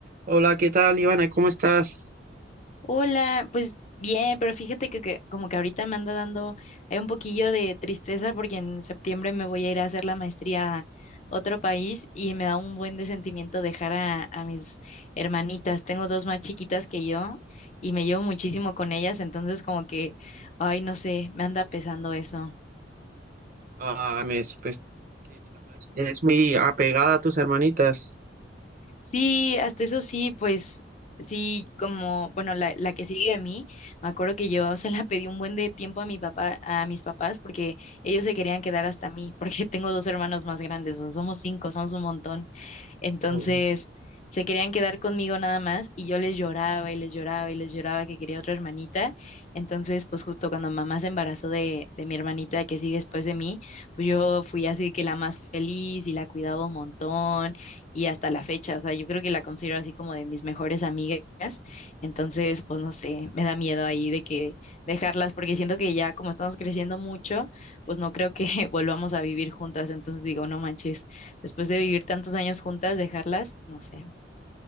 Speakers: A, on the right (about 50°); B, on the left (about 40°).
A: Hola, ¿qué tal, Ivana? ¿Cómo estás?
B: Hola, pues bien, pero fíjate que, que como que ahorita me anda dando hay un poquillo de tristeza porque en septiembre me voy a ir a hacer la maestría a otro país y me da un buen de sentimiento dejar a, a mis hermanitas. Tengo dos más chiquitas que yo y me llevo muchísimo con ellas, entonces como que, ay, no sé, me anda pesando eso.
A: Ah, me supe que la maestra es muy apegada a tus hermanitas.
B: Sí, hasta eso sí, pues sí, como, bueno, la, la que sigue a mí, me acuerdo que yo <laughs> se la pedí un buen de tiempo a mi papá, a mis papás, porque ellos se querían quedar hasta mí, porque tengo dos hermanos más grandes, o sea, somos cinco, somos un montón. Entonces,
A: Oh,
B: se querían quedar conmigo nada más y yo les lloraba y les lloraba y les lloraba que quería otra hermanita. Entonces, pues justo cuando mamá se embarazó de, de mi hermanita que sigue después de mí, pues yo fui así que la más feliz y la cuidaba un montón y hasta la fecha, o sea, yo creo que la considero así como de mis mejores amigas, entonces, pues no sé, me da miedo ahí de que dejarlas, porque siento que ya como estamos creciendo mucho, pues no creo que <laughs> volvamos a vivir juntas, entonces digo, no manches, después de vivir tantos años juntas, dejarlas, no sé.